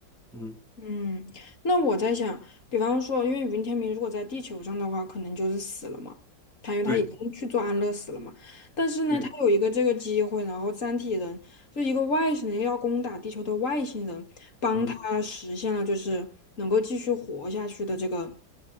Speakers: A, in the centre; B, on the left (about 45°).
A: 嗯
B: 嗯，那我在想，比方说，因为云天明如果在地球上的话，可能就是死了嘛，他因为他已经去做安乐死了嘛。
A: 对
B: 但是呢，
A: 对，
B: 他有一个这个机会，然后三体人就一个外星人要攻打地球的外星人，帮他实现了就是能够继续活下去的这个
A: 嗯，